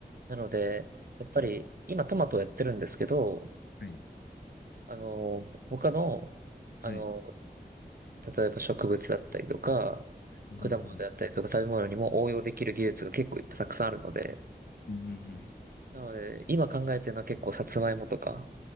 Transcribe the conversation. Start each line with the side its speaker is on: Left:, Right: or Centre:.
Right: なので、やっぱり、
Left: ね
Right: 今トマトをやってるんですけど、
Left: はい。
Right: あの、他の、
Left: はい。
Right: あの、例えば植物だったりとか、
Left: うん、
Right: 果物であったりとか食べ物にも応用できる技術が結構いっぱいたくさんあるので、
Left: うん、うん、
Right: なので、今考えてるのは結構さつまいもとか